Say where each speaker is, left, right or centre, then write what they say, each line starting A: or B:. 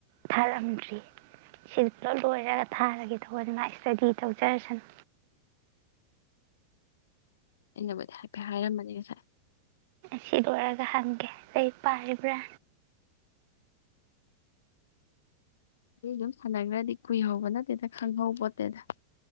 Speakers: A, on the right; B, on the left.
A: ꯊꯥꯔꯛꯑꯝꯗ꯭ꯔꯤ ꯁꯤ ꯄꯨꯂ ꯂꯣꯏꯔꯒ ꯊꯥꯔꯒꯦ ꯇꯧꯕꯅꯤꯅ ꯏꯁꯇꯗꯤ ꯇꯧꯖꯔꯁꯅꯨ
B: ꯑꯩꯅꯕꯨꯗꯤ ꯍꯥꯏꯐꯦꯠ ꯍꯥꯏꯔꯝꯕꯅꯦ ꯉꯁꯥꯏ
A: ꯁꯤ ꯂ ꯋꯥꯔꯥꯒ ꯍꯥꯟꯒꯦ ꯂꯩ ꯄꯥꯏꯔꯕ꯭ꯔꯥ
B: ꯑꯗꯨ ꯑꯗꯨꯝ ꯁꯥꯟꯅꯈ꯭ꯔꯗꯤ ꯀꯨꯏꯍꯧꯕ ꯅꯠꯇꯦꯗ ꯈꯪꯍꯧ ꯄꯣꯠꯇꯦꯗ